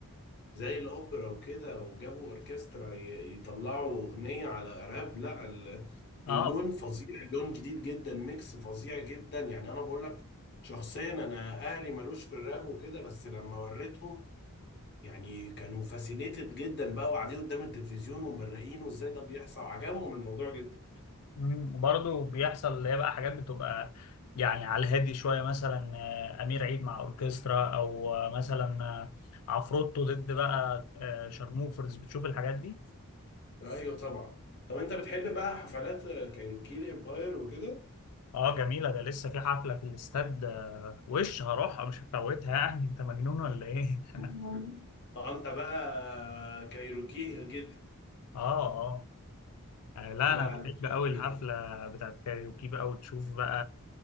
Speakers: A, on the left; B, on the left.
A: زي الأوبرا وكده وجابوا أوركسترا ي- يطلعوا أغنية على راب لا ال-
B: اه
A: اللون فظيع اللون جديد جدا ميكس فظيع جدا يعني أنا بقول لك شخصيا أنا أهلي ملوش في الراب وكده بس لما وريتهم يعني كانوا فاسينيتد جدا بقى وقاعدين قدام التلفزيون ومبرقين وازاي ده بيحصل عجبهم الموضوع جدا
B: مم. برضه بيحصل اللي هي بقى حاجات بتبقى يعني على الهادي شويه مثلا آه، امير عيد مع اوركسترا او آه، مثلا آه، عفروتو ضد بقى آه، شارموفرز بتشوف الحاجات دي
A: ايوه طبعا طب انت بتحب بقى حفلات كايروكي الامباير وكده
B: اه جميله ده لسه في حفله في الاستاد آه، وش هروحها مش هفوتها يعني انت مجنون ولا ايه <laughs>
A: مم. اه انت بقى كايروكيه جدا
B: اه اه آه، لا
A: لا
B: انا بحب
A: انا سكري
B: قوي الحفله بتاعت كايروكي بقى وتشوف بقى